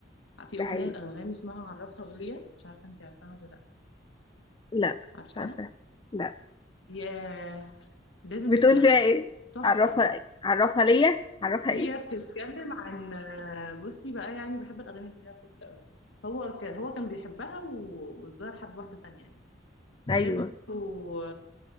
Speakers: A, on the left (about 70°); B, on the left (about 25°).
A: في
B: ده
A: أغنية
B: حقيقي
A: الأنغام اسمها عرفها بيا مش عارفة أنت عارفاها ولا لأ
B: لا
A: عارفاها؟
B: مش عارفه لا
A: ياه لازم
B: بتقول
A: تسمعيها
B: فيها ايه
A: تحفة
B: عرفها عرفها ليا عرفها
A: هي
B: ايه
A: بتتكلم عن بصي بقى يعني بحب الأغاني اللي ليها قصة أوي هو ك... هو كان بيحبها و- والظاهر حب واحدة تانية يعني
B: ايوه
A: فبيقول